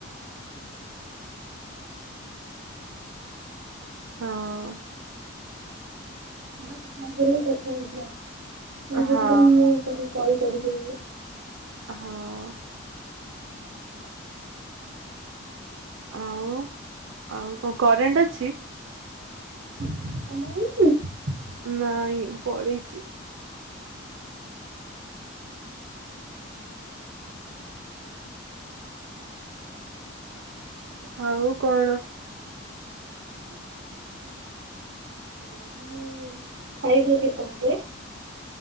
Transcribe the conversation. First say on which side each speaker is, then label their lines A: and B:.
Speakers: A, on the right; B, on the right.
A: ହଁ!
B: କଥା <inaudible>
A: ହଁ ହଁ! ଆଉ, ଆଉ କ--କରେଣ୍ଟ୍ ଅଛି?
B: <inaudible>
A: ନାଇଁ, ପଳେଇଚି। <inaudible> ଆଉ କଣ? <inaudible> ହିରେ
B: ଆମେ <unintelligible>